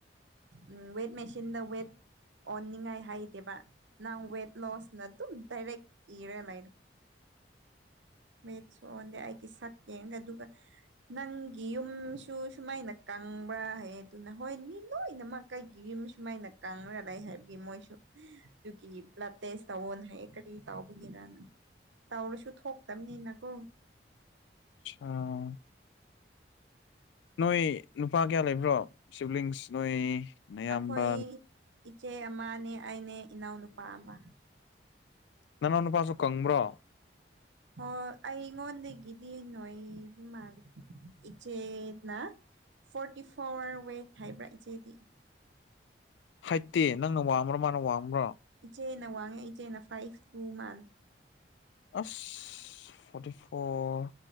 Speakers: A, on the right (about 80°); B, on the left (about 75°).
A: ꯎꯝ ꯋꯦꯠ ꯃꯦꯆꯤꯟꯗ ꯋꯦꯠ ꯑꯣꯟꯅꯤꯡꯉꯥꯏ ꯍꯥꯏꯗꯦꯕ ꯅꯪ ꯋꯦꯠ ꯂꯣ꯭ꯁꯅ ꯑꯗꯨꯝ ꯗꯥꯏꯔꯦꯛ ꯏꯔꯒ ꯂꯩꯅꯤ ꯋꯦꯠꯁꯨ ꯑꯣꯟꯗꯦ ꯑꯩꯒꯤ ꯁꯛꯌꯦꯡꯉꯦ ꯑꯗꯨꯒ ꯅꯪꯒꯤ ꯌꯨꯝꯁꯨ ꯁꯨꯃꯥꯏꯅ ꯀꯪꯕ꯭ꯔꯥ ꯍꯥꯏ ꯑꯗꯨꯅ ꯍꯣꯏ ꯃꯤ ꯂꯣꯏꯅꯃꯛ ꯀꯩꯒꯤ ꯌꯨꯝ ꯁꯨꯃꯥꯏꯅ ꯀꯪꯔꯒ ꯂꯩ ꯍꯥꯏꯕꯒꯤ ꯃꯣꯏꯁꯨ ꯑꯗꯨꯒꯤ ꯕ꯭ꯂꯠ ꯇꯦꯁ ꯇꯧꯑꯣꯅ ꯍꯥꯏꯌꯦ ꯀꯔꯤ ꯇꯧꯕꯒꯤꯔꯅ ꯇꯧꯔꯁꯨ ꯊꯣꯛ ꯇꯝꯅꯤꯅ ꯀꯣ
B: ꯑꯥ ꯅꯣꯏ ꯅꯨꯄꯥ ꯀꯌꯥ ꯂꯩꯕ꯭ꯔꯣ ꯁꯤꯕ꯭ꯂꯤꯡꯁ ꯅꯣꯏ ꯅꯌꯥꯝꯕ
A: ꯑꯩꯈꯣꯏ ꯏꯆꯦ ꯑꯃꯅꯦ ꯑꯩꯅꯦ ꯏꯅꯥꯎꯅꯨꯄꯥ ꯑꯃ
B: ꯅꯅꯥꯎ ꯅꯨꯄꯥꯁꯨ ꯀꯪꯕ꯭ꯔꯣ
A: ꯍꯣꯏ ꯑꯩ ꯑꯩꯉꯣꯟꯗꯒꯤꯗꯤ ꯅꯣꯏꯕ ꯃꯜꯂꯤ ꯏꯆꯦꯅ ꯐꯣꯔꯇꯤ ꯐꯣꯔ ꯋꯦꯠ ꯍꯥꯏꯕ꯭ꯔꯥ ꯏꯆꯦꯗꯤ
B: ꯍꯥꯏꯇꯤ ꯅꯪꯅ ꯋꯥꯡꯕ꯭ꯔꯣ ꯃꯥꯅ ꯋꯥꯡꯕ꯭ꯔꯣ
A: ꯏꯆꯦꯅ ꯋꯥꯡꯉꯤ ꯏꯆꯦꯅ ꯐꯥꯏꯚ ꯇꯨ ꯃꯥꯟ
B: ꯑ꯭ꯁ ꯐꯣꯔꯇꯤ ꯐꯣ꯭ꯔ